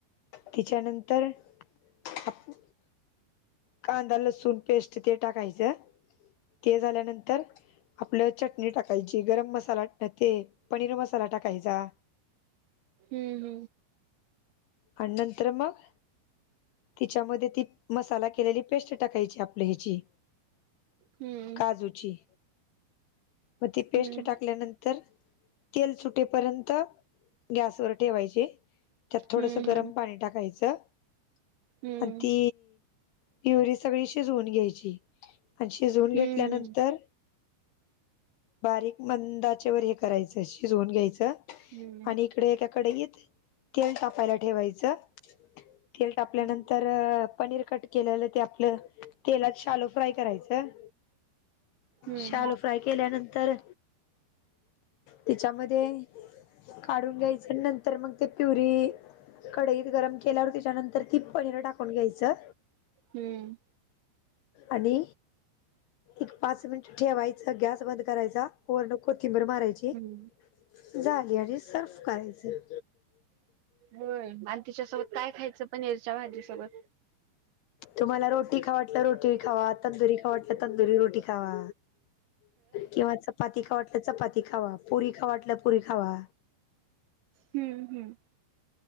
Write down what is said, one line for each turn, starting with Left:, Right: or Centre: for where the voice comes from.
Left: त्याच्यानंतर आपु कांदा लसूण पेस्ट ते टाकायचं. ते झाल्यानंतर आपलं चटणी टाकायची गरम मसाला न, ते पनीर मसाला टाकायचा.
Right: हम्म
Left: आणि नंतर मग तिच्यामध्ये ती मसाला केलेली पेस्ट टाकायची आपल्या ह्याची
Right: हम्म
Left: काजूची. मग ती पेस्ट
Right: हम्म
Left: टाकल्यानंतर तेल सुटेपर्यंत गॅसवर ठेवायचे. त्यात थोडस
Right: हम्म
Left: गरम पाणी टाकायचं
Right: हम्म
Left: आणि ती प्युअरी सगळी शिजवून घ्यायची आणि शिजवून घेतल्यानंतर
Right: हम्म हम्म
Left: बारीक मंद आचेवर हे करायचं शिजवून घ्यायचं.
Right: हम्म हम्म
Left: आणि इकडे एका कढईत तेल तापायला ठेवायचं. तेल तापल्यानंतर
Right: हम्म
Left: पनीर कट ते आपलं तेलात शालो फ्राय करायचं.
Right: हम्म
Left: शालो फ्राय केल्यानंतर त्याच्यामध्ये काढून घ्यायचं नंतर मग ते प्युरी कडईत गरम केल्यावर त्याच्यानंतर ती पनीर टाकून घ्यायचं.
Right: हम्म!
Left: आणि एक पाच मिनिट ठेवायचं गॅस बंद करायचा वरण कोथिंबीर मारायची.
Right: हम्म
Left: झाली आणि सर्फ करायचं.
Right: होय आणि तिच्यासोबत काय खायचं पनीरच्या भाजीसोबत?
Left: तुम्हाला रोटी खाव ल रोटी खावा, तंदुरी खाव वाटलं तंदुरी रोटी खावा किंवा चपाती खाव वाटलं चपाती खावा, पुरी खाव वाटलं पुरी खावा.
Right: हम्म हम्म.